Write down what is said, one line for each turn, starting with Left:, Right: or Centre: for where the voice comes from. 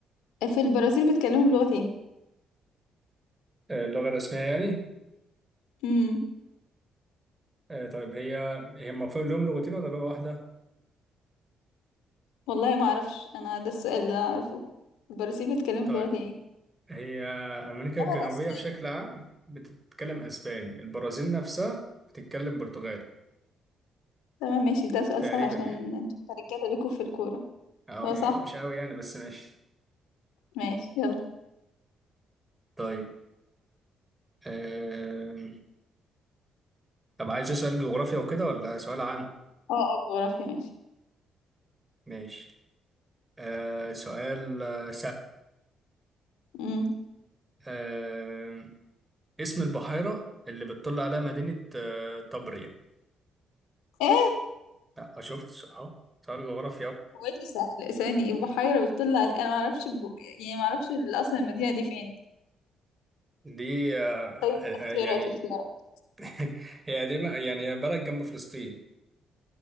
Left: في البرازيل بيتكلموا بلغة ايه
Right: آه، اللغة الرسمية يعني
Left: امم
Right: آه، طيب هي هي المفروض لهم لغتين ولا لغة واحدة؟
Left: والله ما اعرفش انا ده السؤال اللي انا اعرفه البرازيل بيتكلموا
Right: طيب
Left: بلغة ايه
Right: هي أمريكا
Left: اللغة
Right: الجنوبية
Left: الرسمية
Right: بشكل عام بتتكلم أسباني البرازيل نفسها بتتكلم برتغالي
Left: تمام ماشي ده سؤال
Right: تقريبا
Left: سهل عشان
Right: يعني
Left: انتوا كرجالة ليكوا في الكورة
Right: أه
Left: اه
Right: يعني
Left: صح
Right: مش أوي يعني بس ماشي
Left: ماشي يلا
Right: طيب آم، طب عايز سؤال جغرافيا وكده ولا سؤال عام؟
Left: اه اه جغرافيا ماشي
Right: ماشي آه، سؤال آه،
Left: امم
Right: سهل اسم البحيرة اللي بتطل عليها مدينة آه، طبريا
Left: ايه
Right: لا آه، شفت اهو سؤال جغرافيا أهو.
Left: هو ايه اللي سهل لا، ثواني بحيرة بتطل علي انا ما اعرفش ب... يعني ما اعرفش ال- اصلا المدينة دي فين
Right: دي آه، آه،
Left: طيب اختيارات
Right: آه، يعني
Left: اختيارات
Right: <laughs> هي قديمة يعني هي بلد جنب فلسطين